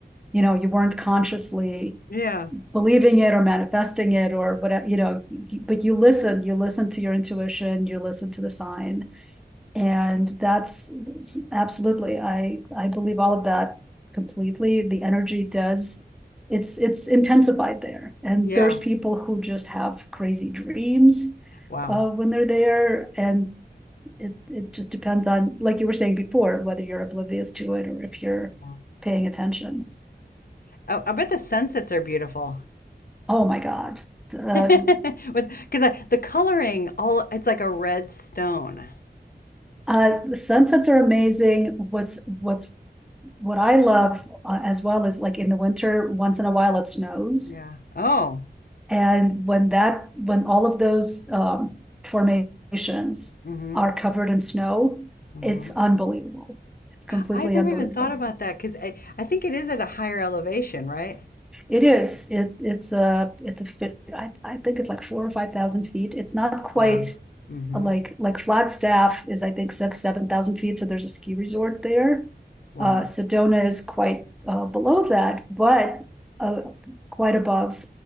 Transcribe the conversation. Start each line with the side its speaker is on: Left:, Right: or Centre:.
Centre: you know, you weren't consciously
Left: yeah.
Centre: believing it or manifesting it or whatever, you know, y- y- but you listened, you listened to your intuition, you listened to the sign, And that's absolutely, I, I believe all of that completely. The energy does, it's, it's intensified there. And
Left: Yeah.
Centre: there's people who just have crazy dreams
Left: Wow.
Centre: uh, when they're there. And it, it just depends on, like you were saying before, whether you're oblivious to it or if you're
Left: Yeah.
Centre: paying attention.
Left: I, I bet the sunsets are beautiful.
Centre: Oh my God. Uh,
Left: <laughs> With because I, the coloring all it's like a red stone.
Centre: uh, the sunsets are amazing. What's, what's, what I love uh, as well is like in the winter, once in a while it snows
Left: Yeah. Oh.
Centre: And when that, when all of those um, formations
Left: Mm-hmm.
Centre: are covered in snow,
Left: Mm-hmm.
Centre: it's unbelievable. It's completely
Left: I've never
Centre: unbelievable.
Left: even thought about that because I, I think it is at a higher elevation, right?
Centre: It is, it, it's a, it's a fit, I, I think it's like four or five thousand feet, it's not quite.
Left: Wow. Mm-hmm.
Centre: a Like, like Flagstaff is, I think, six, seven thousand feet, so there's a ski resort there.
Left: Wow.
Centre: Uh, Sedona is quite, uh, below that, but, uh, quite above.